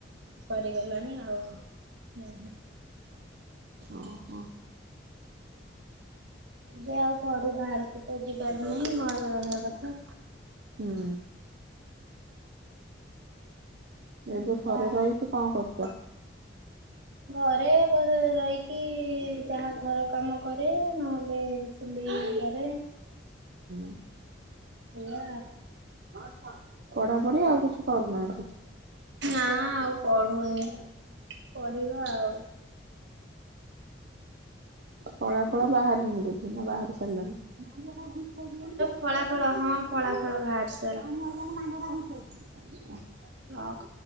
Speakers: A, on the right (about 70°); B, on the right (about 55°).
A: ସରିଗଲାଣି ଆଉ। ହୁଁ।
B: ଓ ହୋ।
A: ଯେ ଆଉ ଘରୁ ବାହାରକୁ ତ ଯିବାର ନାହିଁ ଘରେ ରହିବା କଥା।
B: ହୁଁ। ଏବେ
A: ଏଇଆ
B: ଘରେ ରହିକି କଣ କରୁଛ?
A: ଘରେ ରହିକି ଯାହା ଘର କାମ କରେ ନହେଲେ ଚୁଲି ପାରେ
B: ହୁଁ
A: ଉଆ
B: ହଁ ଶା ପଢ଼ା ପଢ଼ି ଆଉ କିଛି କରୁନାହାନ୍ତି?
A: ନା ଆଉ ପଢ଼ୁନି ପଢ଼ିବା ଆଉ।
B: ଫଳା ଫଳ ବାହାରିନି ବୋଧେ ନା ବାହାରି ସାରିଲାଣି?
A: ଫଳାଫଳ ହଁ ଫଳାଫଳ ବାହାରିଚି।
B: ପାଣି ଆଇଲାଣି ମାଣ୍ଡିଆଟା ଘୁଂଚେଇ ଦେ ଆଚ୍ଛା।
A: ରଖ।